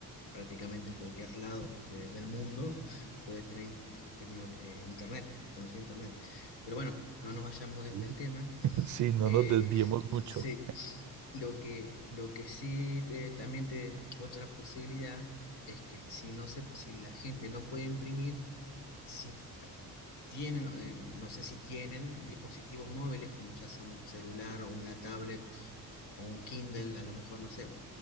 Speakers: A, on the left; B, on the right.
A: prácticamente en cualquier lado de- del mundo, puedes tener in- eh, tecno- eh, internet, conexión a internet. Pero bueno, no nos vayamos de-
B: <laughs>
A: del tema.
B: Sí, no
A: Eh,
B: nos desviemos mucho.
A: sí, lo que, lo que sí te- también te, otra posibilidad es que si no se, si la gente no puede imprimir, si tienen, eh, no sé si tienen dispositivos móviles como ya sea un celular o una tablet o un Kindle, a lo mejor no sé,